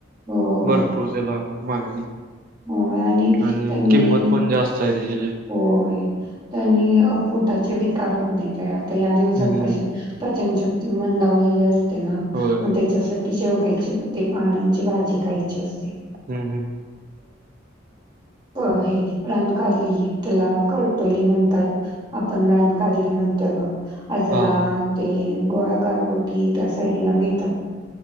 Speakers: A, on the right (about 25°); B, on the right (about 45°).
A: होय
B: भरपूर तेला मागणी आहे.
A: हो होय
B: आणि
A: त्यांनी
B: किंमत पण जास्त आहे त्याची
A: होय, त्यानी पोटाचे विकार होत नाही तयार. या दिवसात
B: हम्म.
A: कशी, पचनशक्ती मंदावलेली असते ना,
B: होय.
A: मग त्याच्यासाठी शेवग्याच्या त्या पानांची भाजी खायची असते.
B: हं, हं.
A: अ हे रानकारली त्याला करटोली म्हणतात, आपण रानकारली म्हणतो ग, आजरांत
B: हां, हां.
A: ते गोळा गार गुट त्या साईडला मिळतात,